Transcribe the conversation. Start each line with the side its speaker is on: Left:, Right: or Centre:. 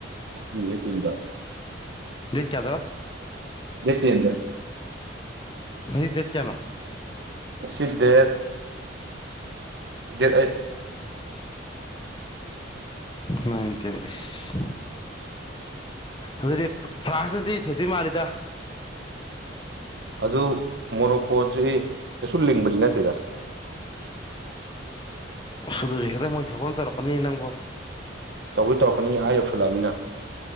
Right: ꯃꯤꯌꯦꯛ ꯇꯤꯟꯒ
Left: ꯗꯦꯠ ꯀꯌꯥꯗꯕ
Right: ꯗꯦꯠ ꯇꯦꯟꯗ
Left: ꯉꯥꯁꯤ ꯗꯦꯠ ꯀꯌꯥꯅꯣ
Right: ꯉꯥꯁꯤ date date eight
Left: nine ten ꯑꯁ ꯑꯗꯨꯗꯤ ꯐ꯭ꯔꯥꯟꯁꯅꯗꯤ ꯊꯣꯏꯗꯤ ꯃꯥꯜꯂꯤꯗ
Right: ꯑꯗꯨ ꯃꯣꯔꯣꯛꯀꯣꯁꯦ ꯀꯩꯁꯨ ꯂꯤꯡꯕꯗꯤ ꯅꯠꯇꯦꯗ
Left: ꯑꯁ ꯑꯗꯨꯅꯤꯅꯦ ꯃꯣꯏ ꯊꯣꯛꯄ ꯑꯗꯨꯝ ꯇꯧꯔꯛꯀꯅꯤꯅꯦ ꯅꯪꯕꯣ
Right: ꯇꯧꯁꯨ ꯇꯧꯔꯛꯀꯅꯤꯌꯦ ꯑꯥ ꯌꯧꯁꯤꯜꯂꯛꯑꯃꯤꯅ